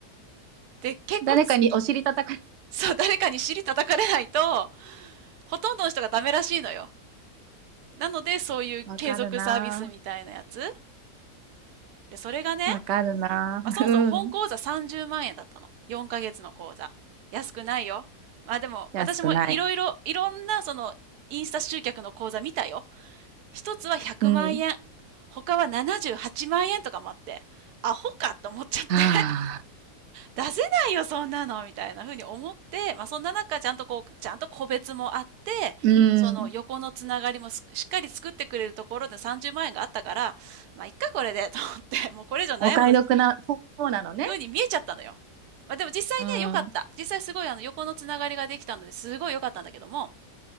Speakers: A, on the right (about 75°); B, on the right (about 60°).
A: で、結構つ
B: 誰かにお尻叩かれ
A: そう、誰かに尻叩かれないと、ほとんどの人がダメらしいのよ。なので、そういう継続サービスみたいなやつ。
B: わかるな
A: で、それがね、
B: ぁわかるなぁうん。
A: まあ、そもそも本講座30万円だったの。4ヶ月の講座。安くないよ。まあでも、
B: 安くない。
A: 私もいろいろ、いろんなその、インスタ集客の講座見たよ。一つは100万円。
B: うん。
A: 他は78万円とかもあって、アホかと思っちゃって。
B: はあ。
A: 出せないよ、そんなのみたいな風に思って、まあ、そんな中、ちゃんとこう、ちゃんと個別もあって、
B: うん。
A: その横のつながりもしっかり作ってくれるところで30万円があったから、まあ、いっか、これで、と思って、<laughs> もうこれ以上悩むの、
B: お買い得な方なのね。
A: 風に見えちゃったのよ。まあ、でも実際ね、
B: うん。
A: 良かった。実際すごいあの、横のつながりができたので、すごい良かったんだけども、